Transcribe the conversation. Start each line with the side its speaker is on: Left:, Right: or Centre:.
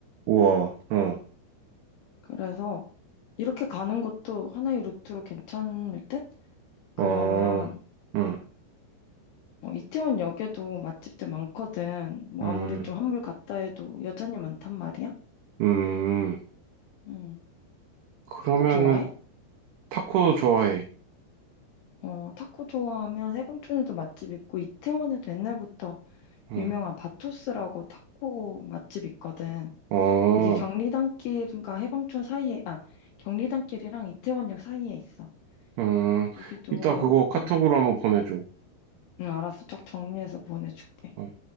Right: 우와, 어,
Left: 그래서 이렇게 가는 것도 하나의 루트로 괜찮을 듯? 그러면
Right: 어, 음,
Left: 어, 이태원 역에도 맛집들 많거든. 뭐
Right: 음,
Left: 아무리 좀 한물 갔다 해도 여전히 많단 말이야.
Right: 음.
Left: 음.
Right: 그러면은,
Left: 타코 좋아해?
Right: 타코 좋아해.
Left: 어, 타코 좋아하면 세봉촌에도 맛집 있고 이태원에도 옛날부터
Right: 음,
Left: 유명한 바토스라고 타코 맛집 있거든.
Right: 어,
Left: 이게 경리단길과 해방촌 사이에, 아, 경리단길이랑 이태원역 사이에 있어.
Right: 음.
Left: 여기도,
Right: 이따 그거 카톡으로
Left: 응,
Right: 한번 보내줘.
Left: 응, 알았어. 쫙 정리해서 보내줄게.
Right: 어,